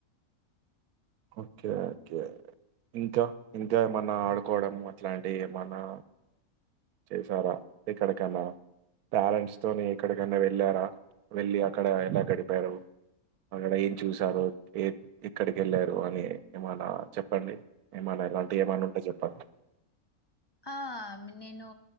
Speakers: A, on the right; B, on the left.
A: ఓకే ఓకే ఇంకా ఇంక ఏమన్నా ఆడుకోవడం అట్లాంటియేమన్నా చేసారా, ఎక్కడికన్నా? టాలెంట్స్ తోని ఎక్కడికన్నా వెళ్ళారా? వెళ్ళి అక్కడ ఎలా గడిపారు? అక్కడ ఏం చూసారో, ఏ ఎక్కడికెళ్ళారో అన్ని ఏమన్న చెప్పండి ఏమన్ అలాంటయేమన్న ఉంటే జెప్పండి
B: అ ఆ మ్ నేను